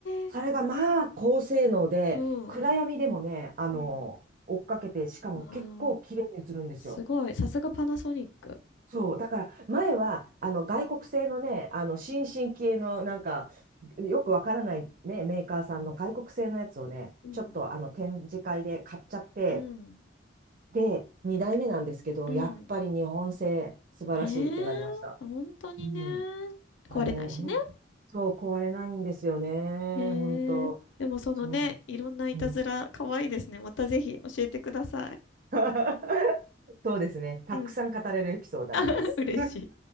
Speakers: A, on the left (about 70°); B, on the right (about 45°).
A: え、
B: それがまあ高性能で、
A: うん。
B: 暗闇でもね、あの、
A: うん、
B: 追っかけて、しかも結構綺麗に映るんですよ。
A: あー、すごい。さすがパナソニック。
B: そう。だから、前は、あの、外国製のね、あの、新進系の、なんか、よくわからないね、メーカーさんの外国製のやつをね、
A: うん、
B: ちょっとあの、展示会で買っちゃって、
A: うん。
B: で、2代目なんですけど、
A: うん。
B: やっぱり日本製素晴らしいってなりました。
A: ねえ、本当にね、
B: うん。あれ、
A: 壊れないしね。
B: ほんそう壊れないんですよね。
A: えー、
B: 本当。
A: でもそのね、
B: そ
A: いろんないたずら、
B: う。うん。
A: 可愛いですね。またぜひ教えてください。
B: <laughs> そうですね。たくさん語れるエピソードあります。
A: うん。<laughs> 嬉しい。